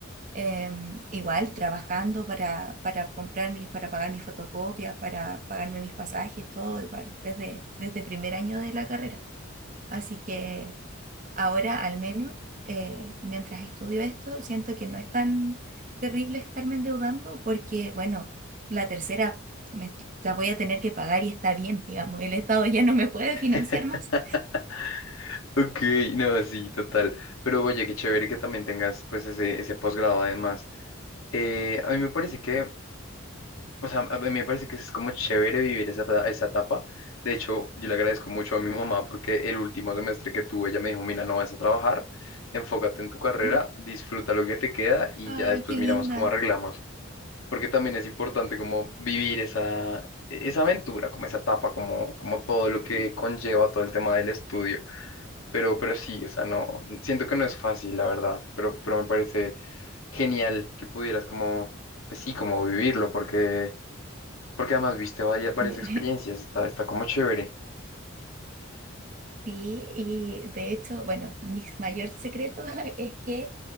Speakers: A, on the right; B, on the left.
A: em, igual trabajando para, para comprar mis, para pagar mis fotocopias, para pagarme mis pasajes, todo igual, desde, desde primer año de la carrera. Así que... Ahora, al menos, eh, mientras estudio esto, siento que no es tan terrible estarme endeudando porque, bueno, la tercera me- la voy a tener que pagar y está bien, digamos, el Estado ya no me puede
B: <laughs>
A: financiar más.
B: Ok, no, sí, total. Pero oye, qué chévere que también tengas pues ese, ese posgrado además. Eh, a mí me parece que, o sea, a mí me parece que es como chévere vivir esa, eta- esa etapa. De hecho, yo le agradezco mucho a mi mamá porque el último semestre que tuve, ella me dijo, mira, no vas a trabajar, enfócate en tu carrera,
A: Ujú.
B: disfruta lo que te queda y
A: Ay,
B: ya después
A: qué
B: miramos
A: linda.
B: cómo arreglamos. porque también es importante como vivir esa, esa aventura, como esa etapa, como, como todo lo que
A: Ujú.
B: conlleva todo el tema del estudio. Pero, pero sí, o sea, no, siento que no es fácil, la verdad, pero, pero me parece genial que pudieras como, pues sí, como vivirlo, porque, porque además viste varias, varias
A: <laughs>
B: experiencias, está, está como chévere.
A: Sí, y de hecho, bueno, mi mayor secreto <laughs> es que